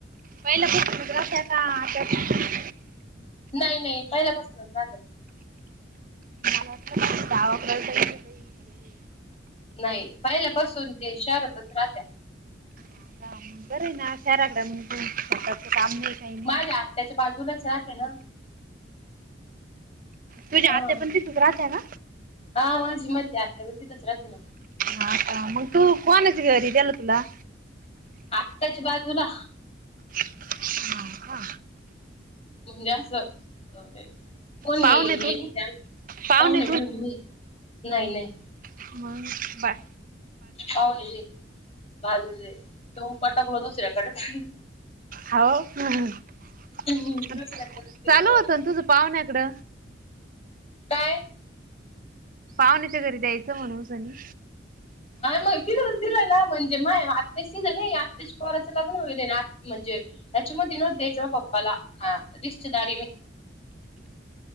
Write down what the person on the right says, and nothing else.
पहिल्यापासूनच राहत्या का आता
<unintelligible> आहे.
का बरं आहे ना शहराकडे, शेताच काम नाही. काही नाही
तुझी आत्या
पण तिथेच राहत्या ना?
हा का मग तू कोणाच्या घरी दिलं तुला?
हो का
पाहुणे
पाहुणे
हम् बाय.
हो चालू
होतं ना तुझ पाहुण्या नाकडं.
पाहुण्याच्या घरी द्यायचं म्हणून सनी.